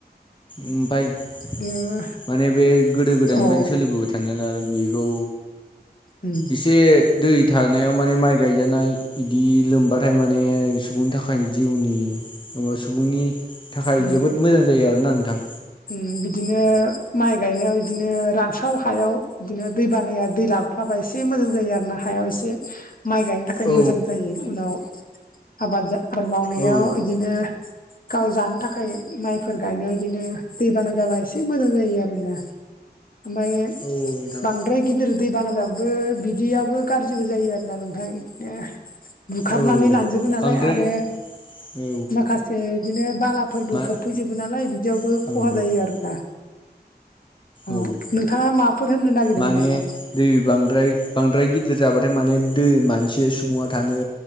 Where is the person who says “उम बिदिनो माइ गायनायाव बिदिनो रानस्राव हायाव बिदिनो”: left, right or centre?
Left